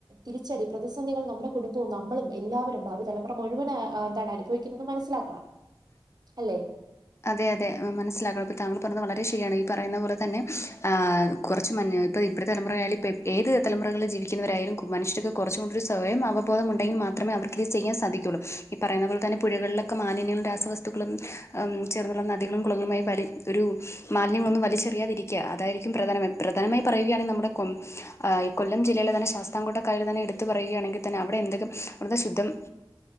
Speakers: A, on the right; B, on the left.
A: തിരിച്ചടി പ്രതിസന്ധികൾ നമ്മുടെ കുടുംബവും നമ്മളും എല്ലാവരും ഭാവി തലമുറ മുഴുവന് എന്താണ് അനുഭവിക്കുന്നതെന്ന് മനസിലാക്ക
B: <inaudible>
A: അല്ലെ?
B: അതെയതെ മനസ്സിലാക താങ്കൾ പറഞ്ഞത് വളരെ ശരിയാണ് ഈ പറയുന്ന പോലെ തന്നെ ആഹ് കൊറച്ച് മ ഇപ്പഴ തലുറായാലും ഇപ്പ ഏത് തലുറകളില് ജവിക്കുന്നവരായാലും മനുഷ്യർ കൊറച്ച് കൂടി ഒരു സ്വയം അവബോധം ഉണ്ടെങ്കിൽ മാത്രമേ അവർക്കീത് ചെയ്യാൻ സാധിക്കുള്ളൂ ഈ പറയുന്ന പോലെ തന്നെ പുഴകളിലൊക്കെ മാലിന്യങ്ങളും രാസവസ് കുത്തുക്കുളം ചേർന്നുള്ള നദികളും കുളങ്ങളുമായി വലി ഒരു മാലിന്യങ്ങളൊന്നും വലിച്ചെറിയാതിരിക്കുക അതായിരിക്കും പ്രധാനം പ്രധാനമായി പറയുകയാണെങ്കി നമ്മുടെ കൊ ആയ് കൊല്ലം ജില്ലെയിലെ തന്നെ ശാസ്താംകോട്ട കായല് തന്നെ എടുത്ത് പറയുകയാണെങ്കി തന്നെ അവിടെ എന്തെങ്കും അവിടെത്തെ ശുദ്ധം